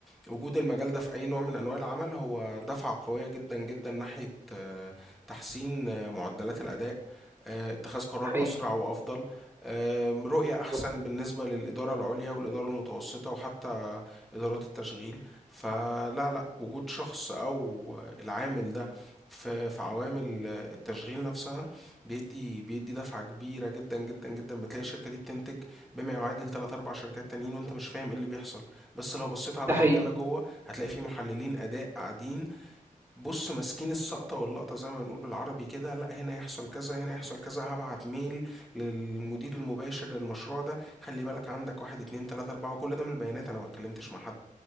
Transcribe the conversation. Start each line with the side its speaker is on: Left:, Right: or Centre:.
Centre: وجود المجال ده في أي نوع من أنواع العمل هو دفعة قوية جدا جدا ناحية آه، تحسين آه، معدلات الأداء آه، اتخاذ قرار
Right: ده حقيقي
Centre: أسرع وأفضل آم، رؤية أحسن
Right: بالظبط
Centre: بالنسبة للإدارة العليا والإدارة المتوسطة وحتى إدارات التشغيل فلا لا وجود شخص أو العامل ده في في عوامل التشغيل نفسها بيدي بيدي دفعة كبيرة جدا جدا جدا بتلاقي الشركة دي بتنتج بما يعادل 3 4 شركات تانيين وانت مش فاهم ايه اللي بيحصل بس لو بصيت على
Right: ده
Centre: هيكلة
Right: حقيقي
Centre: جوه هتلاقي فيه محللين أداء قاعدين بص ماسكين السقطة واللقطة زي ما بنقول بالعربي كده لا هنا يحصل كذا هنا يحصل كذا هبعت ميل للمدير المباشر للمشروع ده خلي بالك عندك واحد اتنين تلاتة أربعة وكل ده من البيانات أنا ما اتكلمتش مع حد